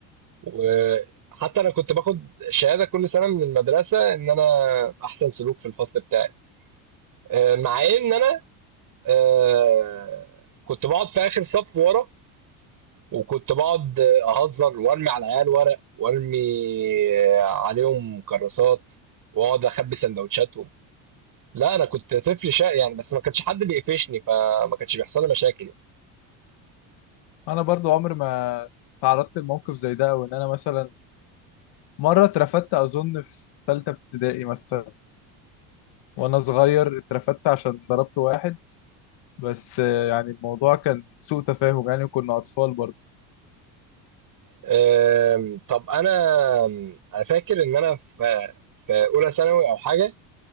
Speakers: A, on the right (about 45°); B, on the left (about 65°).
A: وحتى انا كنت باخد شهاده كل سنه من المدرسه ان انا احسن سلوك في الفصل بتاعي آه، مع ان انا آه، كنت بقعد في اخر صف ورا وكنت بقعد آه، اهزر وارمي على العيال ورق وارمي آه، عليهم كراسات واقعد اخبي سندوتشاتهم لا انا كنت طفل شقي يعني بس ما كانش حد بيقفشني فما كانش بيحصل لي مشاكل يعني
B: انا برضو عمري ما تعرضت لموقف زي ده وان انا مثلا مره اترفدت اظن في ثالثه ابتدائي مثلا وانا صغير اترفدت عشان ضربت واحد بس آه، يعني الموضوع كان سوء تفاهم يعني وكنا اطفال برضو
A: آم، طب انا انا فاكر ان انا في في اولى ثانوي او حاجه